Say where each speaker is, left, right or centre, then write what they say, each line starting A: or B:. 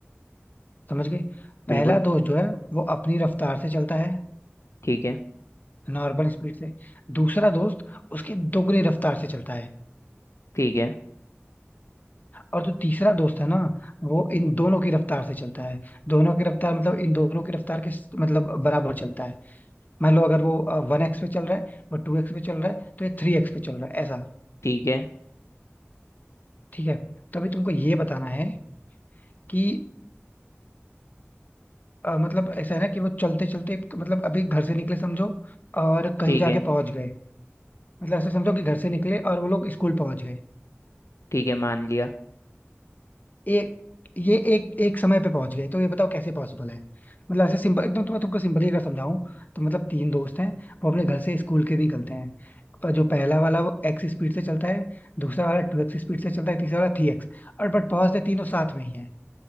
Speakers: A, on the left (about 40°); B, on the left (about 75°).
A: समझ गए पहला
B: बिल्कुल
A: दोस्त जो है वो अपनी रफ्तार से चलता है
B: ठीक है
A: नॉर्मल स्पीड से दूसरा दोस्त उसकी दोगुनी रफ्तार से चलता है
B: ठीक है
A: और जो तीसरा दोस्त है ना वो इन दोनों की रफ्तार से चलता है दोनों की रफ्तार मतलब इन दोनों की रफ्तार के स- मतलब बराबर चलता है मान लो अगर वो वन एक्स पे चल रहा है वो टू एक्स पे चल रहा है तो ये थ्री एक्स पे चल रहा है ऐसा
B: ठीक है
A: ठीक है तो अभी तुमको ये बताना है कि अ, मतलब ऐसा है ना कि वो चलते चलते तो मतलब अभी घर से निकले समझो और कहीं
B: ठीक
A: जाके
B: है
A: पहुंच गए मतलब ऐसा समझो कि घर से निकले और वो लोग स्कूल पहुंच गए
B: ठीक है मान लिया
A: एक ये एक एक समय पे पहुंच गए तो ये बताओ कैसे पॉसिबल है मतलब ऐसे सिंपल एकदम तुम्हें तुमको सिंपली अगर समझाऊं तो मतलब तीन दोस्त हैं वो अपने घर से स्कूल के निकलते हैं पर जो पहला वाला वो एक्स स्पीड से चलता है दूसरा वाला टू एक्स स्पीड से चलता है तीसरा वाला थ्री एक्स और बट पहुंचते तीनों साथ में ही है